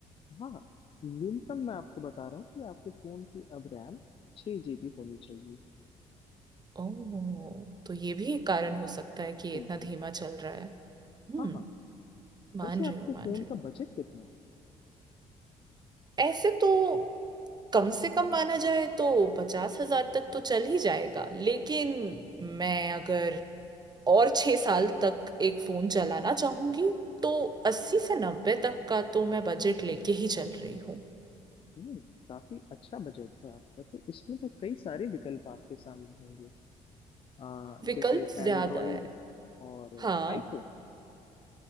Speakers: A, on the left; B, on the right.
A: हाँ न्यूनतम मैं आपको बता रहा हूँ कि आपके फोन की अब रैम छह जीबी होनी चाहिए
B: ओह तो ये भी एक कारण हो सकता है कि ये
A: बिल्कुल
B: इतना धीमा चल रहा है हम्म
A: हाँ हाँ
B: मान
A: वैसे
B: रही
A: आपके
B: हूँ मान
A: फोन
B: रही हूँ
A: का बजट कितना है
B: ऐसे तो कम से कम माना जाए तो पचास हजार तक तो चल ही जाएगा लेकिन मैं अगर और छह साल तक एक फोन चलाना चाहूंगी तो अस्सी से नब्बे तक का तो मैं बजट लेके ही चल रही हूँ
A: हम्म काफी अच्छा बजट है आपका तो इसमें तो कई सारे विकल्प आपके सामने होंगे आ,
B: विकल्प
A: जैसे एंड्रॉयड
B: ज्यादा है
A: और
B: हाँ
A: आईफोन